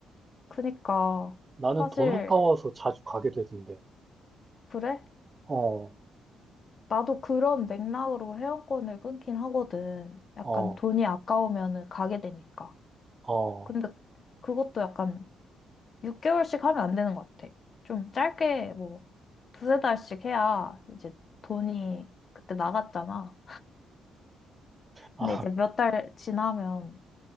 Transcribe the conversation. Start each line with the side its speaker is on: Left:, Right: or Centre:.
Left: 그러니까.
Right: 나는
Left: 사실
Right: 돈 아까워서 자주 가게 되던데.
Left: 그래?
Right: 어,
Left: 나도 그런 맥락으로 회원권을 끊긴 하거든. 약간
Right: 어,
Left: 돈이 아까우면은 가게 되니까.
Right: 어.
Left: 근데 그것도 약간 6개월씩 하면 안 되는 것 같아. 좀 짧게 뭐 두세 달씩 해야 이제 돈이 그때 나갔잖아.
Right: 아,
Left: 근데 이제 몇 달 지나면